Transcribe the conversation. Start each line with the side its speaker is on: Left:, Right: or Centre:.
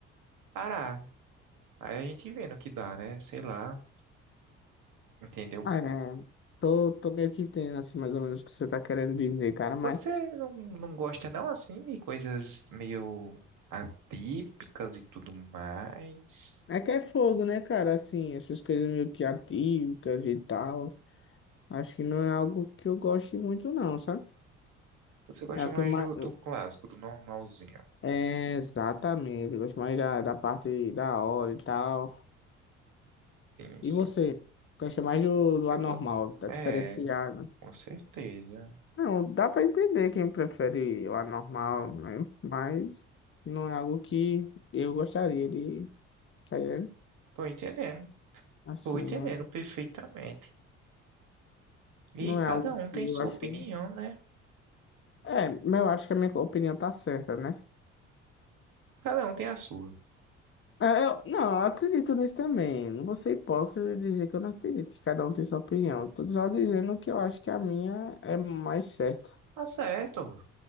Right: parar. Aí a gente vê no que dá, né? Sei lá, entendeu?
Left: Ah, é, tô, tô meio que entendendo, assim, mais ou menos o que você tá querendo dizer, cara, mas
Right: Você não, não gosta não assim de coisas meio atípicas e tudo mais?
Left: é que é fogo, né, cara, assim, essas coisas meio que atívicas e tal, acho que não é algo que eu goste muito, não, sabe?
Right: Você gosta
Left: É o
Right: mais
Left: que eu
Right: do,
Left: mais...
Right: do
Left: eu-
Right: clássico, do normalzinho?
Left: É, exatamente, eu gosto mais da, da parte da hora e tal.
Right: Sim,
Left: E
Right: sim.
Left: você? Gosta mais do, do
Right: Eu,
Left: anormal,
Right: go-
Left: tá
Right: é,
Left: diferenciado.
Right: com certeza.
Left: Não, dá pra entender quem prefere o anormal, né, mas não é algo que eu gostaria de, tá ligado?
Right: Tô entendendo.
Left: Assim,
Right: Tô entendendo
Left: não.
Right: perfeitamente. E
Left: Não
Right: cada
Left: é algo
Right: um tem
Left: que
Right: sua
Left: eu acho.
Right: opinião, né?
Left: É, mas eu acho que a minha opinião tá certa, né?
Right: Cada um tem a sua.
Left: É, eu, não, eu acredito nisso também. Não vou ser hipócrita de dizer que eu não acredito, que cada um tem sua opinião. Eu Tô só dizendo que eu acho que a minha é mais certa.
Right: Tá certo.